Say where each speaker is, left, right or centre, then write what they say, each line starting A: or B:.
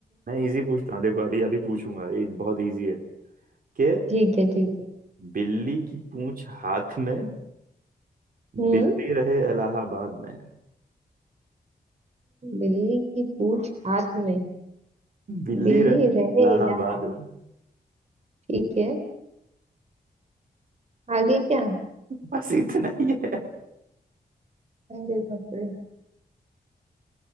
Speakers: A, on the right (about 65°); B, on the right (about 45°).
A: मैं इजी पूछता हूँ देखो अभी अभी पूछूंगा ये बहुत इजी है कि
B: ठीक है ठीक है
A: बिल्ली की पूंछ हाथ में
B: हम्म
A: बिल्ली रहे इलाहाबाद में
B: बिल्ली की पूंछ हाथ में
A: बिल्ली
B: बिल्ली
A: रहे
B: रहे
A: इलाहाबाद
B: इलाज
A: में
B: ठीक है आगे क्या
A: बस इतना ही है
B: अरे बाप रे